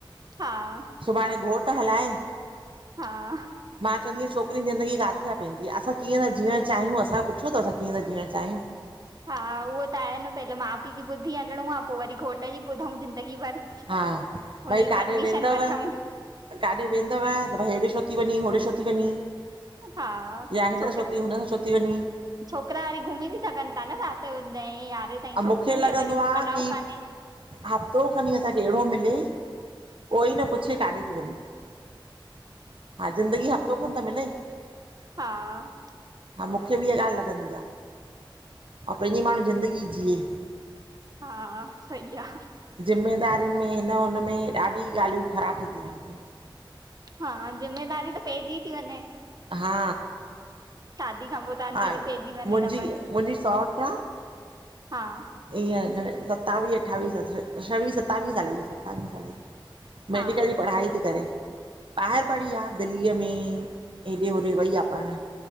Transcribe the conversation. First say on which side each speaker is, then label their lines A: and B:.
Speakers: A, on the right; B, on the right.
A: हा
B: सुभाणे घोट हलाए
A: हा
B: मां चवंदी आंयां छोकरीन जी ज़िंदगी कारें आ पंहिंजी असां कीअं ता जीअण चाहियूं, अंसा पुछो अथव कीअं था जीअण चाहियूं!
A: हा उहो त आहे न, पहले माउ पीउ जी ॿुधी हलणो आ, पो वरी घोट जी ॿुधऊ ज़िंदगी भर।
B: हा,
A: हुनजी
B: भई काॾे
A: परमिशन
B: वेंदव?
A: वठूं
B: काॾे वेंदव त भई हेॾे छो थी वंञी, होॾे छो थी वंञी!
A: हा
B: या हिन
A: छोकिरा
B: सां छो ती वंञी, हुन सां छो थी वंञी!
A: छोकिरा वरी घुमी बि सघन था न रात जो ॾहें यारहें ताईं,
B: ऐं
A: छोकिरियुनि
B: मूंखे लॻंदो
A: खे वरी
B: आ
A: अलाऊ
B: की
A: कान्हे।
B: हफ़्तो खणी असांखे हेड़ो मिले कोई न पुछे काॾे थी वंञी। हा, ज़िंदगी हफ़्तो खन त मिले!
A: हा
B: हा मूंखे बि इहा ॻाल लॻंदी आ ऐं पंहिंजी माण्हू ज़िंदगी जीउ <inaudible>
A: हा, सईी आ।
B: ज़िमेदारियुनि में, हिन हुनमें, ॾाढी ॻाल्हियूं ख़राबियूं रहन पयूं।
A: हा ज़िम्मेदारी त पइजी थी वंञें।
B: हा
A: शादी खां पोइ त अञा
B: हा
A: थी
B: मुंहिंजी
A: पइजी वञे डबल
B: मुंहिंजी सौट
A: हा
B: ईअं घणे सतावीह अठावीह स छवीह सतावीह साले जी सतावीह साले जी मेडिकल
A: हा
B: जी पढ़ाई थी करे ॿाहिरि
A: अच्छा
B: पढ़ी आ। दिल्लीअ में हेॾे होॾे वई आ पाण